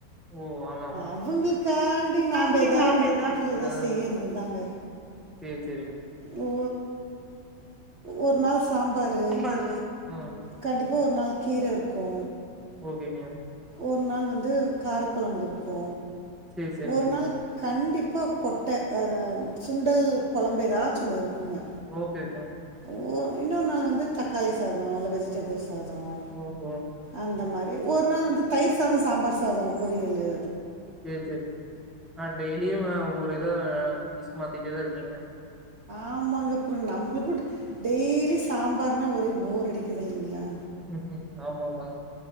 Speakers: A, in the centre; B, on the right.
A: ஓ ஆமாமா
B: அவங்களுக்காண்டி நாம்ப
A: தாண்டி
B: ஏதா ஒண்ணு
A: எதா
B: புது இத
A: எதாவது
B: செய்யறதுதாங்க
A: சேரி சேரிங்க
B: ஓ ஒரு நாள் சாம்பாரு
A: சாம்பாரு ம்
B: கண்டிப் டியு ஒரு நாள் கீர இருக்கு
A: ஓகேங்க
B: ஒரு நாள் வந்து காரக்குழம்பு இருக்கு
A: சேரி சேரிங்க
B: ஒரு நாள் கண்டிப் அப்போ கொட்டை ஆ சுண்டல் கொழம்பு ஏதாச்சு ஒன்னு இருக்குங்க
A: ஓகே கே
B: ஓ இன்னொரு நாள் வந்து தக்காளி சாதம் அல்ல வெஜி டபுள் சாதம்
A: ஓஹோ
B: அந்த மாரி ஒரு நாள் வந்து தயிர் சாத சாம்பார் சாதம் பொரியலு
A: சேரி சேரி ஆஹ் டெய்லியும் ஒரு இத டிஷ் மாத்திட்டேதான் இருக்கீங்க
B: ஆமாங்க அப்புறம் நம்மக்கும் டெய்லி சாம்பார்னா ஒரே போர் அடிக்குது இல்லைங்களா
A: ம் ம் ஆமா ஆமாங்